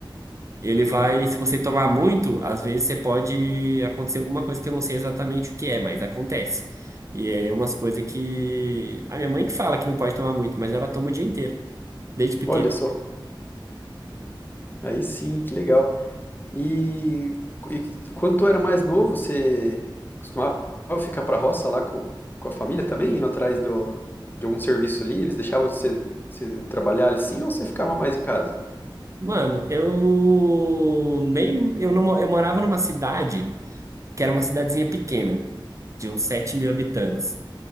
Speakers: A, on the right; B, on the left.
A: Ele vai, se você tomar muito, às vezes você pode acontecer alguma coisa que eu não sei exatamente o que é, mas acontece. E é umas coisas que a minha mãe que fala que não pode tomar muito, mas ela toma o dia inteiro, desde pequeno.
B: Olha só, aí sim, que legal. E, e quando tu era mais novo, você costumava ficar pra roça lá com, com a família também, indo atrás do, de algum serviço ali? Eles deixavam você, você trabalhar ali sim ou você ficava mais em casa?
A: Mano, eu nem eu não mo- eu morava numa cidade que era uma cidadezinha pequena, de uns 7 mil habitantes.